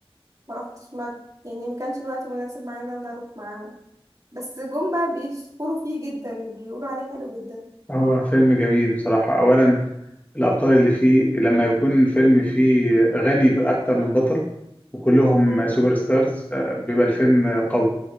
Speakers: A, on the right; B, on the left.
A: ما رحتش ما يعني ما كانش الوقت مناسب معايا ان انا اروح معاهم بس جم بقى بيشكروا فيه جدا بيقولوا عليه حلو جدا
B: هو فيلم جميل بصراحة أولا الأبطال اللي فيه لما يكون فيلم فيه غني بأكتر من بطل وكلهم
A: مم.
B: سوبر ستارز آه، بيبقى الفيلم قوي